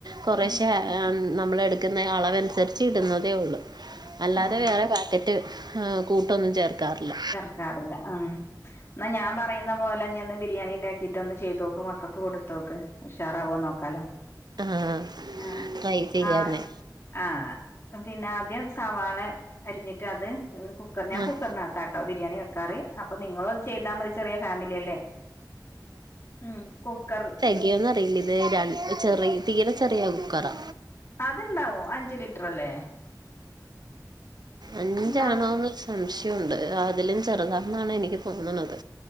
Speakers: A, on the right; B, on the left.
A: കൊറേശേ
B: ഉം
A: നമ്മൾ എടുക്കുന്ന അളവനുസരിച്ച് ഇടുന്നതേ ഒള്ളു അല്ലാതെ
B: ഉം
A: വേറെ പാക്കറ്റ് കൂട്ടൊന്നും ചേർക്കാറില്ല
B: റില്ല ഉം ന്നാ ഞാൻ പറയുന്ന പോലെന്ന് ഒന്ന് ബിരിയാണി ഇണ്ടാക്കി ഇറ്റൊന്നന്ന് ചെയ്തോക്ക് മക്കൾക്ക് കൊടുത്തോക്ക് ഉഷാറാവോ നോക്കാലോ
A: ആഹ്
B: ആഹ്
A: ട്രൈ ചെയ്യാന്നെ
B: ആഹ് ആഹ് പിന്നെ ആദ്യം സവാള അരിഞ്ഞിട്ട് അത് കുക്കർ ഞാൻ
A: ആഹ്
B: കുക്കർന ബിരിയാണി വെക്കാറ് അപ്പ നിങ്ങളോ ചെയ്താൽ മതി ചെറിയ ഫാമിലി അല്ലേ ഉം കുക്കർ
A: <unintelligible> ന്നറിയില്ല ഇത് ര ചെറിയ തീരെ ചെറിയ കുക്കറാ
B: അത്ണ്ടാവും അഞ്ച് ലിറ്റർല്ലേ
A: അഞ്ചാണോ
B: ഉണ്ടാവും
A: എന്നൊരു സംശയുണ്ട് അതിലും ചെറുതാണന്നാണ് എനിക്ക് തോന്ന്ണത്